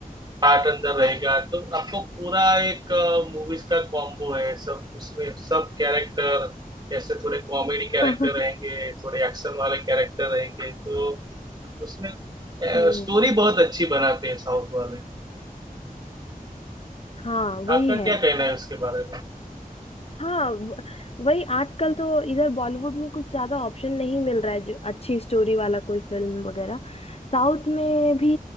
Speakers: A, on the right; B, on the left.
A: पार्ट अंदर रहेगा तो आपको पूरा एक मूवीज का कॉम्बो है सब उसमें सब कैरेक्टर जैसे थोड़े कॉमेडी कैरेक्टर
B: <laughs>
A: रहेंगे थोड़े एक्शन वाले कैरेक्टर रहेंगे तो उसमें
B: हम्म
A: स्टोरी बहुत अच्छी बनाते हैं साउथ वाले
B: हाँ वही
A: आपका
B: है
A: क्या कहना है उसके बारे में
B: हाँ व- वही आजकल तो इधर बॉलीवुड में कुछ ज्यादा ऑप्शन नहीं मिल रहा है जो अच्छी स्टोरी वाला कोई फिल्म वगैरह साउथ में भी